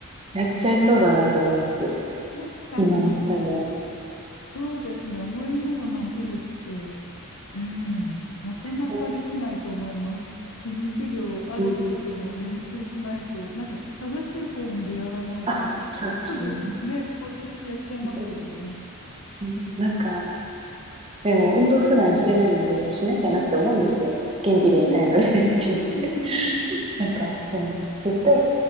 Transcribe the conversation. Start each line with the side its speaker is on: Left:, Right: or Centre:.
Right: やっちゃいそうだなって思います。
Left: 確かに
Right: 今やったら。うん
Left: そうですね。重いもの投げるって、うん、なかなかできないと思います。
Right: うん
Left: 筋肉量ある人でも練習しないと、
Right: うんうん
Left: なんか正しいフォームでやらないとすぐね、
Right: あ、そうですね。
Left: 腰やっちゃいますよね。
Right: 本当にうんなんか、でも運動普段してないので、しなきゃなって思うんですよ。
Left: うん
Right: 元気でいたいので、
Left: うんうん。
Right: <laughs> 人生。
Left: うんうんうん。
Right: なんか、その、絶対